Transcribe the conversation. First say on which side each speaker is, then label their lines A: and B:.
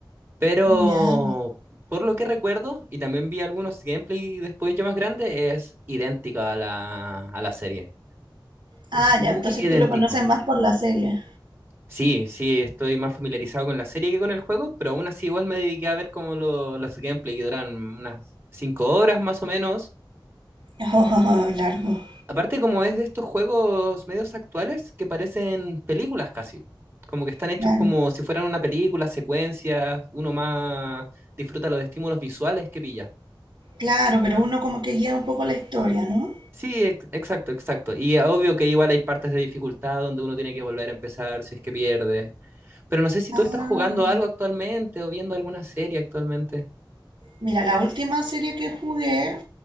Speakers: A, on the right; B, on the right.
A: Pero
B: Ya.
A: por lo que recuerdo, y también vi algunos gameplay después yo más grande, es idéntico a la, a la serie.
B: Ah,
A: Es muy
B: ya, entonces
A: idéntico.
B: tú lo conoces más por la serie.
A: Sí, sí, estoy más familiarizado con la serie que con el juego, pero aún así igual me dediqué a ver como lo- los gameplay que duran unas 5 horas más o menos.
B: <laughs> Oh, largo.
A: Aparte como es de estos juegos medios actuales que parecen películas casi. Como que están hechos
B: Claro.
A: como si fueran una película, secuencias, uno más disfruta los estímulos visuales que pilla.
B: Claro, pero uno como que guía un poco la historia, ¿no?
A: Sí, ex- exacto, exacto. Y obvio que igual hay partes de dificultad donde uno tiene que volver a empezar si es que pierde. Pero no sé si
B: Ah,
A: tú estás jugando algo actualmente o viendo alguna serie actualmente.
B: mira, la última serie que jugué,